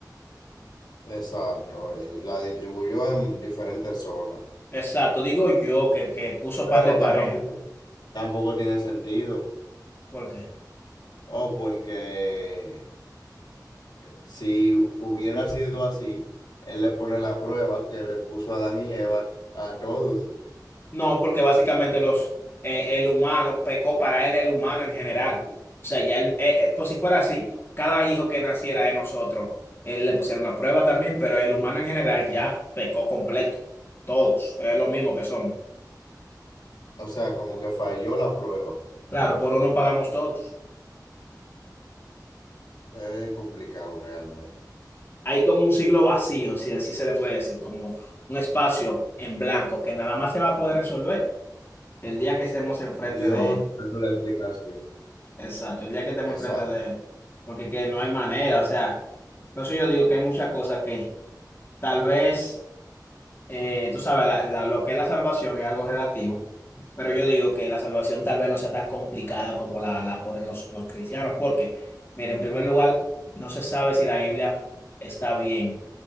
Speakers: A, on the left (about 75°); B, on the left (about 35°).
A: Exacto, eh, y la distribuyó en diferentes zonas,
B: Exacto, digo yo que, que puso
A: pero
B: par de parejas.
A: que tampoco, tampoco tiene sentido,
B: ¿Por qué?
A: o porque si hubiera sido así, él le pone la prueba que le puso a Adán y Eva a todos,
B: No, porque básicamente los, eh, el humano pecó para él, el humano en general. O sea, ya él, eh, eh, pues si fuera así, cada hijo que naciera de nosotros, él le pusiera una prueba también, pero el humano en general ya pecó completo. Todos, es lo mismo que somos.
A: o sea, como que falló la prueba,
B: Claro, por uno pagamos todos.
A: es complicado realmente.
B: hay como un siglo vacío, si así se le puede decir, como un espacio en blanco que nada más se va a poder resolver el día que estemos enfrente
A: Dios,
B: de él.
A: dando la explicación.
B: Exacto, el día que estemos
A: Exacto,
B: enfrente de él. Porque que no hay manera, o sea, por eso yo digo que hay muchas cosas que tal vez, eh, tú sabes, la- la- lo que es la salvación es algo relativo, pero yo digo que la salvación tal vez no sea tan complicada como la, la ponen los, los cristianos, porque, mira, en primer lugar, no se sabe si la Biblia está bien.